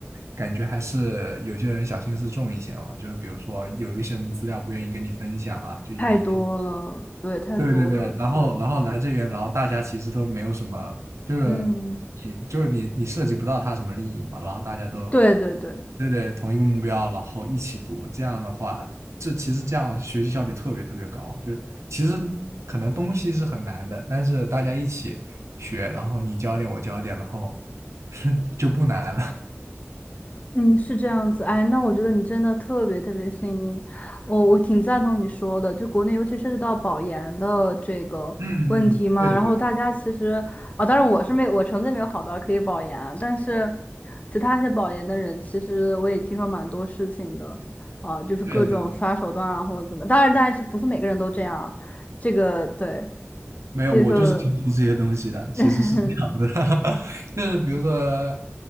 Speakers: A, on the right; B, on the left.
A: 感觉还是有些人小心思重一些嘛，就是比如说有一些什么资料不愿意跟你分享啊，就愿意偷
B: 太多了，对，太多了，
A: 对对对，
B: 是，
A: 然后然后来这边，然后大家其实都没有什么，就是
B: 嗯，
A: 也就是你你涉及不到他什么利益嘛，然后大家都
B: 对对对，
A: 对对同一个目标，然后一起读，这样的话，这其实这样学习效率特别特别高，就是其实可能东西是很难的，但是大家一起学，然后你教一点我教一点，然后 <laughs> 就不难了。
B: 嗯，是这样子。哎，那我觉得你真的特别特别幸运，我我挺赞同你说的，就国内尤其涉及到保研的这个问题嘛，
A: 嗯嗯，对的对，
B: 然后大家其实啊，当然我是没我成绩没有好到可以保研啊，但是其他一些保研的人，其实我也听说蛮多事情的，啊，就是各种刷手段啊或者怎么，
A: 对的对的。
B: 当然当然是不是每个人都这样啊，这个对，
A: 没有，
B: 所以说。
A: 我就是听说这些东西的，其实是这样的，
B: <laughs>
A: <laughs> 就是比如说，